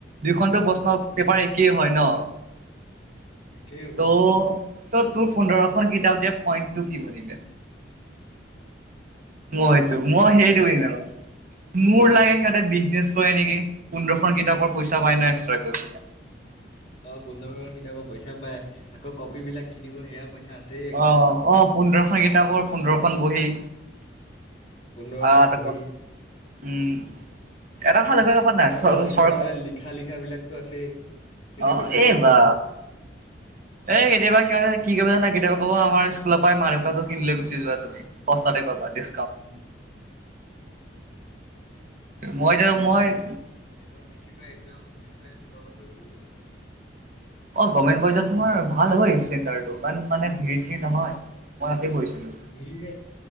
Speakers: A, on the right; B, on the left.
A: দুইখনতো
B: উম
A: প্ৰশ্ন
B: উম
A: পেপাৰ একেই হয় ন
B: একেই হ'ব
A: ত' ত' তোৰ পোন্ধৰখনন কিতাপ দিয়া পইণ্ট টো কি বুলি মইতো
B: তাকেই
A: মই সেইটোৱে নাজানো মোৰ লাগে সিহঁতে বিজনেছ কৰে নেকি পোন্ধৰখন কিতাপৰ পইচা পায় ন
B: অ
A: এক্সটাকৈ
B: অ পোন্ধৰ খন কিতাপৰ পইচা পায় আকৌ কপি বিলাক কিনিব সেয়া পইচা আছেই এক্সট্ৰা
A: অ অ পোন্ধৰখন কিতাপৰ পোন্ধৰখন বহি
B: পোন্ধৰখন
A: আহ তাৰপত
B: বহী
A: উম এটা ভাল
B: উ
A: লক্ষ্য কৰিবা নাই
B: আৰু
A: চৰকাৰ
B: ভালকে ধৰা লিখা লিখা বিলাকতো আছেই তেতিয়া
A: অ
B: বেছি
A: এইবা
B: বহি লাগিব
A: এ' কেতিয়াবা কি কৰিব জান কেতিয়াবা ক'ব আমাৰ স্কুলৰ পৰা মা-দেউতাটাৰ কিনিলে গুচি যোৱা তুমি। পস্তাতে পাবা দি-
B: উম।
A: মই এতিয়া
B: এ
A: মই-
B: আৰু কি কয় এইবাৰ মেট্ৰিকৰ এক্জাম চেন্টাৰ <unintelligible>
A: অ গভাৰ্ণমেণ্ট বইজত তোমাৰ ভাল হয়, চেণ্টাৰটো মানে ভিৰ- চিৰ নহয় মই তা'তে কৰিছিলোঁ।
B: ধেৰিয়ে